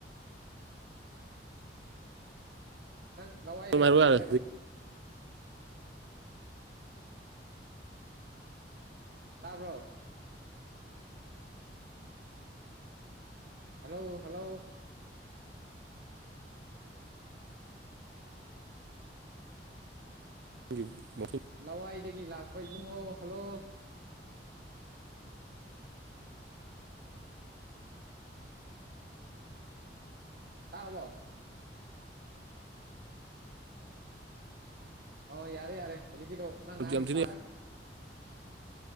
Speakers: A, on the right; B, on the right.
A: ꯅꯪ ꯂꯋꯥꯏꯗꯦ
B: ꯑꯗꯨꯝ
A: ꯑꯣꯏꯔ
B: ꯍꯥꯏꯔꯛꯑꯣ
A: ꯃꯥꯜꯂꯦꯗ
B: ꯌꯥꯔꯦ
A: ꯇꯥꯕ꯭ꯔꯣ ꯍꯜꯂꯣ ꯍꯜꯂꯣ
B: <unintelligible>
A: ꯂꯋꯥꯏꯗꯒꯤ ꯂꯥꯛꯄ ꯏꯕꯨꯡꯉꯣ ꯍꯜꯂꯣ ꯇꯥꯔꯔꯕꯣ ꯑꯣ ꯌꯥꯔꯦ ꯌꯥꯔꯦ ꯍꯧꯖꯤꯛꯀꯤꯗꯣ ꯅꯪ ꯉꯥꯡꯒꯤꯗꯣ
B: ꯌꯥꯝ ꯊꯤꯅ
A: ꯇꯥꯔꯦ